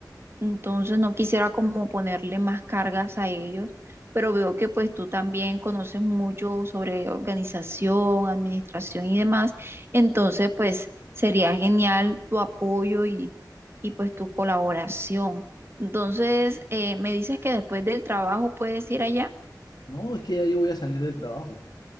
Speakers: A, on the right (about 35°); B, on the left (about 70°).
A: Entonces no quisiera como ponerle más cargas a ellos, pero veo que pues tú también conoces mucho sobre organización, administración y demás. Entonces pues sería genial tu apoyo y, y pues tu colaboración. Entonces eh, me dices que después del trabajo puedes ir allá.
B: No, es que ya yo voy a salir del trabajo.